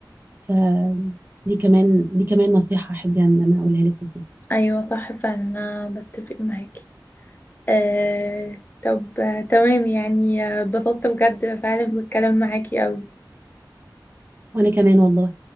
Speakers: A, on the right; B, on the left.
A: ف دي كمان دي كمان نصيحه احب يعني ان انا اقولها لك وكده
B: ايوه صح فعلا انا بتفق معاكي آه... طب آه، تمام يعني آه، اتبسطت بجد فعلا بالكلام معاكي قوي
A: وانا كمان والله